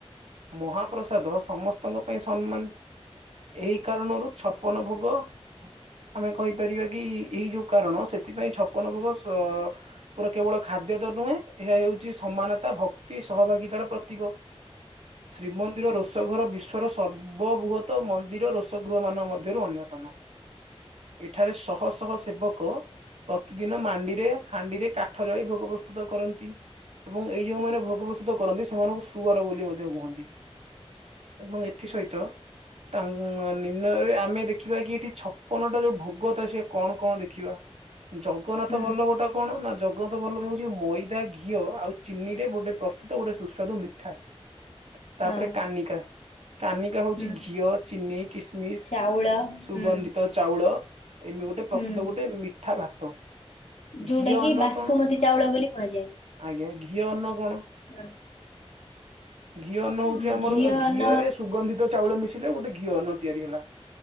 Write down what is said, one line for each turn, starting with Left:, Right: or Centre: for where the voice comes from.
Right: ମହାପ୍ରସାଦ ସମସ୍ତଙ୍କ ପାଇଁ ସମ୍ମାନ। ଏହି କାରଣରୁ ଛପନ ଭୋ ଗ ଆମେ କହିପାରିବା କି ଏଇ ଯୋଉ କାରଣ, ସେଥିପାଇଁ ଛପନ ଭୋଗ ସ-ଅ-ଅ ପୁରା କେବଳ ଖାଦ୍ୟ ତ ନୁହେଁ, ଏହା ହେଉଛି ସମାନତା ଭକ୍ତି ସହଭାଗିତାର ପ୍ରତୀକ। ଶ୍ରୀମନ୍ଦିର ରୋଷଘର ବିଶ୍ଵର ସର୍ବବୃହତ ମନ୍ଦିର ରୋଷ ଗୃହ ମାନଙ୍କ ମଧ୍ୟରୁ ଅନ୍ୟତମ। ଏଠାରେ ଶହ ଶହ ସେବକ ପ୍ରତିଦିନ ମାଣ୍ଡିରେ ହାଣ୍ଡିରେ କାଠ ଜାଳି ଭୋଗ ପ୍ରସ୍ତୁତ କରନ୍ତି। ଏବଂ ଏଇ ଯୋଉମାନେ ଭୋଗ ପ୍ରସ୍ତୁତ କରନ୍ତି ସେମାନଙ୍କୁ ସୁଅର ବୋଲି ମଧ୍ୟ କୁହନ୍ତି। ଏବଂ ଏଥି ସହିତ ତାଙ୍କ ନିର୍ଣ୍ଣୟରେ ଆମେ ଦେଖିବା କି ଏଠି ଛପନ ଟା ଯୋଉ ଭୋଗତା ସିଏ କଣ କଣ ଦେଖିବା ଜଗନ୍ନାଥ
Left: ହୁଁ
Right: ବଲ୍ଲଭୋଟା କଣ ନା ଜଗତ ବଲ୍ଲଭ ହଉଛି ମଇଦା, ଘିଅ ଆଉ ଚିନି ରେ ଗୋଟେ ପ୍ରସ୍ତୁତ ଗୋଟେ ସୁସ୍ୱାଦୁ ମିଠା। ତାପରେ
Left: ହଁ
Right: କାନିକା। କାନିକା ହଉଛି
Left: ହୁଁ
Right: ଘିଅ, ଚିନି, କିସମିସ,
Left: ଚାଉଳ
Right: ସୁଗନ୍ଧିତ
Left: ହୁଁ
Right: ଚାଉଳ ଏମି ଗୋଟେ ପ୍ରସ୍ତୁତ
Left: ହୁଁ
Right: ଗୋଟେ ମିଠା ଭାତ।
Left: ଯୋଉଟା
Right: ଘିଅ ଅନ୍ନ
Left: କି ବାସୁମତୀ
Right: କଣ,
Left: ଚାଉଳ ବୋଲି କୁହାଯାଏ
Right: ଆଜ୍ଞା ଘିଅ ଅନ୍ନ କଣ?
Left: <unintelligible>
Right: ଘିଅ ଅନ୍ନ ହଉଛି
Left: ହୁଁ
Right: ଆମର
Left: ଘିଅ
Right: ଘିଅରେ
Left: ନ
Right: ସୁଗନ୍ଧିତ ଚାଉଳ ମିଶିଲେ ଗୋଟେ ଘିଅ ଅନ୍ନ ତିଆରି ହେଲା।